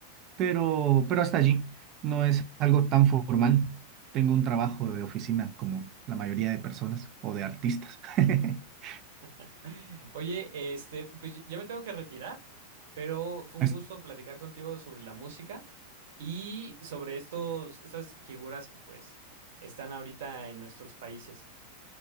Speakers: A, on the right (about 35°); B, on the right (about 55°).
A: pero, pero hasta allí no es algo tan formal. Tengo un trabajo de oficina como la mayoría de personas o de artistas. <laughs>
B: <laughs> Oye, este, pues y- ya me tengo que retirar, pero fue
A: Es-
B: un gusto platicar contigo sobre la música y sobre estos, estas figuras que pues están ahorita en nuestros países.